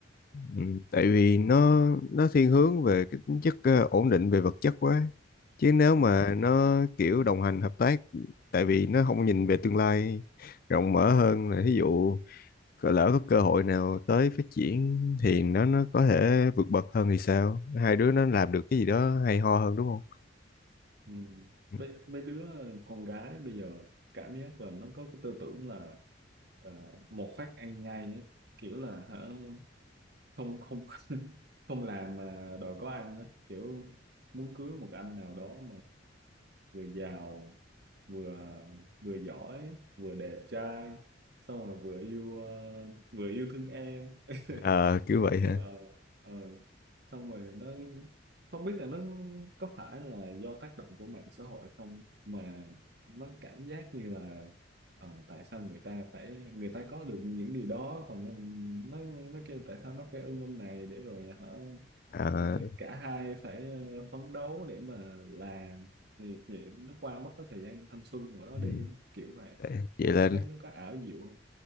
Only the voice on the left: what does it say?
Ừ, tại vì nó nó thiên hướng về cái tính chất ờ, ổn định về vật chất quá chứ nếu mà
nó kiểu đồng hành hợp tác tại vì nó không nhìn về tương lai rộng mở hơn là ví dụ có- lỡ có cơ hội nào tới phát triển thì nó nó có thể vượt bậc hơn thì sao hai đứa nó làm được cái gì đó hay ho hơn đúng không
Ừ,
Ờ, kiểu vậy
hả
à,
ừ.
vậy là